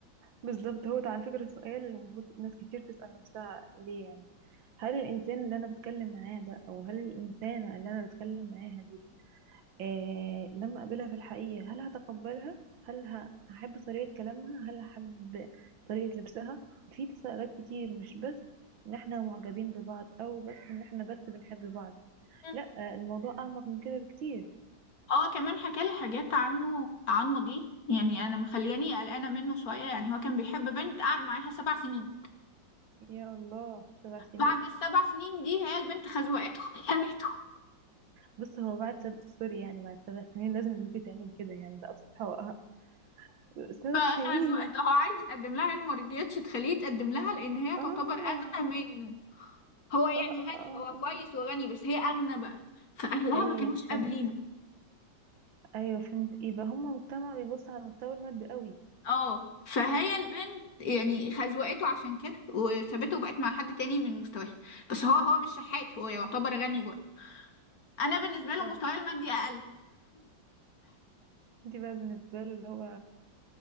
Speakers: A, on the right; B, on the left.
A: بالظبط هو ده على فكره السؤال اللي المفروض ناس كتير تسال نفسها ليه يعني هل الانسان اللي انا بتكلم معاه ده او هل الانسانه اللي انا بتكلم معاها دي آه لما أقابلها في الحقيقة هل هتقبلها؟ هل ه- هحب طريقة كلامها؟ هل هحب طريقة لبسها؟ في تساؤلات كتير مش بس إن إحنا معجبين ببعض أو بس إن إحنا بس بنحب بعض
B: مم.
A: لأ آه، الموضوع أعمق من كده بكتير
B: هو كمان حكالي حاجات عنه عن ماضيه يعني انا مخلياني قلقانة منه شوية يعني هو كان بيحب بنت قعد معاها سبع سنين
A: يا الله سبع سنين
B: بعد السبع سنين دي هي البنت خزوقته <laughs> خانته
A: بص هو بعد سب... سوري يعني بعد سبع سنين لازم البنت تعمل كده يعني ده أبسط حقوقها <laughs> سبع
B: فخزوقته
A: سنين
B: هو عايز يتقدم لها يعني ما رضيتش تخليه يتقدم لها لان هي
A: آه
B: تعتبر اغلى منه هو يعني
A: آه آه
B: غني
A: آه
B: هو
A: آه
B: كويس وغني بس هي أغنى بقى فأهلها
A: أيوه
B: ما كانوش قابلينه
A: فهمت أيوه فهمت إيه بقى هما مجتمع بيبص على المستوى المادي قوي
B: اه فهي البنت يعني خزوقته عشان كده وسابته وبقت مع حد تاني من مستواها بس هو هو مش شحات هو يعتبر غني برضه انا بالنسبه له
A: طب
B: مستواي المادي اقل
A: دي بقى بالنسبة له اللي هو